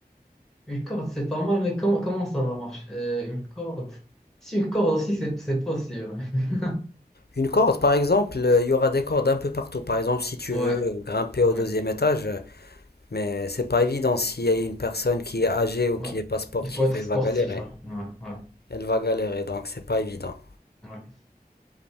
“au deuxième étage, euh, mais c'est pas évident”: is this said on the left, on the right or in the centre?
Left